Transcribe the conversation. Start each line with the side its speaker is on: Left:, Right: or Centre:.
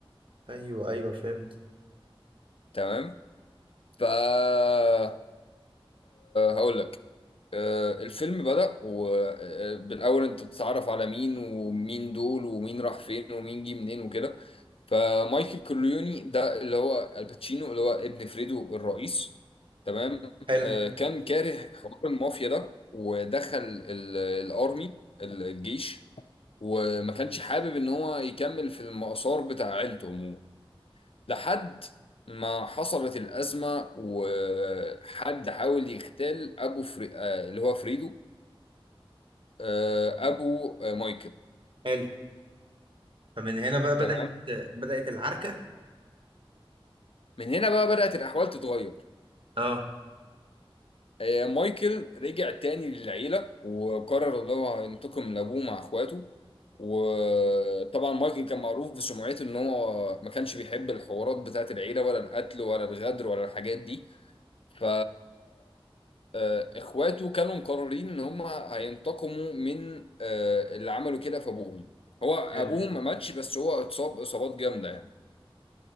Right: ايوه ايوه فهمت
Left: تمام ف أه هقول لك آه، الفيلم بدأ وبالأول أنت بتتعرف على مين ومين دول ومين راح فين ومين جه منين وكده فمايكل كورليوني ده اللي هو الباتشينو اللي هو ابن فريدو الرئيس تمام
Right: حلو
Left: آه، كان كاره حوار المافيا ده ودخل ال- الأرمي الجيش وما كانش حابب إن هو يكمل في المسار بتاع عيلته عموما لحد ما حصلت الأزمة وحد حاول يغتال أبو فري... آه، اللي هو فريدو آه، أبو آه، مايكل
Right: حلو فمن هنا بقى بدأت
Left: تمام
Right: بدأت العركة
Left: من هنا بقى بدأت الأحوال تتغير
Right: اه
Left: آه، مايكل رجع تاني للعيلة وقرر إن هو هينتقم لأبوه مع إخواته وطبعا مايكل كان معروف بسمعته إن هو ما كانش بيحب الحوارات بتاعت العيلة ولا القتل ولا الغدر ولا الحاجات دي ف آه، اخواته كانوا مقررين ان هم هينتقموا من آه، اللي عملوا كده في ابوهم هو ابوهم
Right: حلو
Left: ما ماتش بس هو اتصاب اصابات جامده يعني